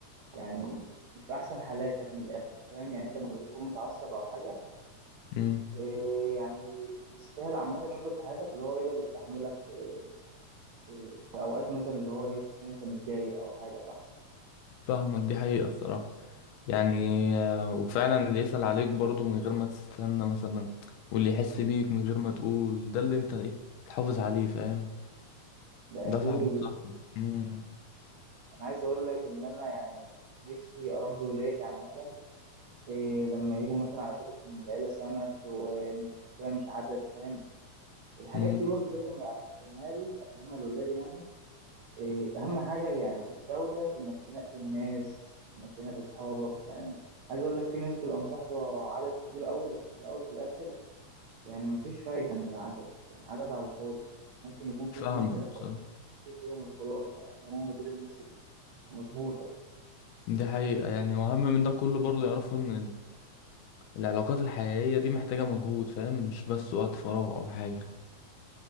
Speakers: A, on the right (about 75°); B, on the left (about 85°).
A: يعني مش في احسن حالاتك من الاخر فاهم يعني انت لما بتكون متعصب او حاجه
B: امم
A: إيه يعني اللي يستاهل عامه يفضل في حياتك اللي هو يقدر يستحملك في, في, في اوقات مثلا اللي هو ايه تكون انت متضايق او حاجه صح
B: فاهمك دي حقيقة الصراحة يعني آه، وفعلا اللي يسأل عليك برضو من غير ما تستنى مثلا واللي يحس بيك من غير ما تقول ده اللي انت ايه تحافظ عليه فاهم
A: ده
B: ده
A: اكيد
B: صاحبك صاحبك امم
A: انا عايز اقول لك ان انا يعني نفسي اربي ولادي عامه إيه لما يجوا مثلا على فكرة إن العيلة سند وإن الصحبة مش عدد فاهم الحاجات
B: امم
A: دي برضه لازم أفهمها له أفهمها لأولادي يعني إيه أهم حاجة يعني الجودة في إنك تنقي الناس إنك تنقي أصحابك يعني عايز أقول لك في ناس بتبقى مصاحبة عدد كبير قوي بس في الأول وفي الآخر يعني مفيش فايدة من العدد يعني عدد على الفاضي ممكن يكون في
B: فاهمك
A: اتنين تلاتة
B: بصراحة
A: في يوم الخلاصة يعني هم دول الناس المظبوطة
B: دي حقيقة يعني وأهم من ده كله برضو يعرفوا إن العلاقات الحقيقية دي محتاجة مجهود فاهم مش بس وقت فراغ أو حاجة